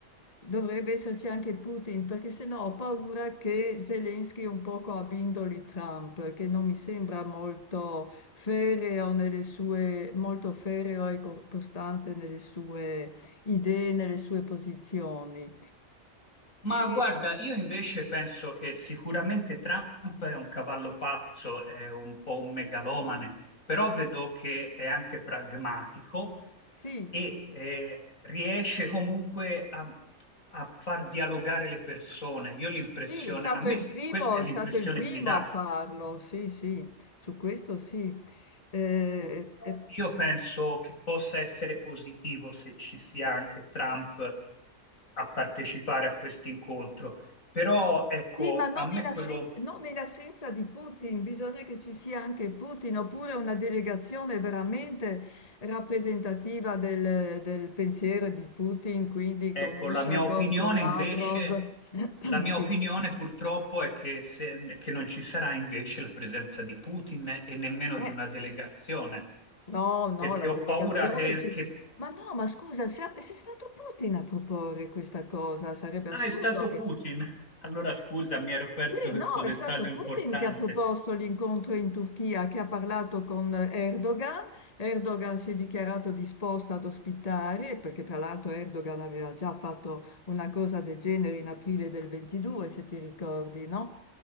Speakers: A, on the left (about 30°); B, on the left (about 85°).
A: dovrebbe esserci anche Putin, perché sennò ho paura che Zelensky un poco abbindoli Trump, che non mi sembra molto ferreo nelle sue, molto ferreo e co- costante nelle sue idee, nelle sue posizioni.
B: Ma
A: E
B: guarda, io invece penso che sicuramente Trump è un cavallo pazzo, è un po' un megalomane, però vedo che è anche pragmatico
A: sì.
B: e eh, riesce comunque a, a far dialogare le persone. Io l'impressione,
A: Sì, è stato
B: a me
A: il
B: s-
A: primo,
B: questa è
A: è
B: l'impressione
A: stato il primo
B: che mi dà.
A: a farlo, sì, sì, su questo sì. Eh,
B: Però
A: eh,
B: Io penso che possa essere positivo se ci sia anche Trump a partecipare a questo incontro. Però ecco,
A: sì, ma non
B: a me
A: in assenza,
B: quello.
A: non in assenza di Putin, bisogna che ci sia anche Putin, oppure una delegazione veramente rappresentativa del, del pensiero di Putin, quindi
B: Ecco,
A: con Ushakov,
B: la mia opinione
A: con Lavrov.
B: invece,
A: <clears throat>
B: la mia
A: Sì.
B: opinione purtroppo è che, se- che non ci sarà invece la presenza di Putin e nemmeno
A: Eh,
B: di una delegazione,
A: No, no,
B: perché
A: la
B: ho
A: delegazione
B: paura che,
A: ci...
B: che-
A: Ma no, ma scusa, se è stato Putin a proporre questa cosa, sarebbe
B: Ah,
A: assurdo
B: è stato
A: che...
B: Putin. Allora scusa, mi ero perso
A: Sì,
B: questo
A: no,
B: dettaglio
A: è stato
B: importante.
A: Putin che ha proposto l'incontro in Turchia, che ha parlato con Erdogan. Erdogan si è dichiarato disposto ad ospitare, perché tra l'altro Erdogan aveva già fatto una cosa del genere in aprile del 22, se ti ricordi, no?